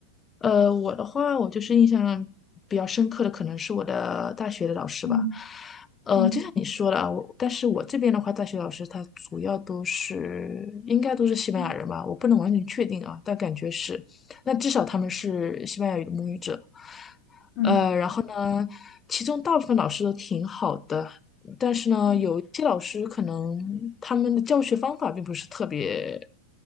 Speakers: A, on the left; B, on the left.
A: 呃，我的话，我就是印象比较深刻的，可能是我的大学的老师吧。
B: 嗯
A: 呃，
B: 嗯。
A: 就像你说了啊，我，但是我这边的话，大学老师他主要都是应该都是西班牙人吧，
B: 嗯
A: 我不能完全确定啊，但感觉是，那至少他们是西班牙语的母语者。
B: 嗯
A: 呃，然后呢，其中大部分老师都挺好的，但是呢，
B: 嗯
A: 有一些老师可能他们的教学方法并不是特别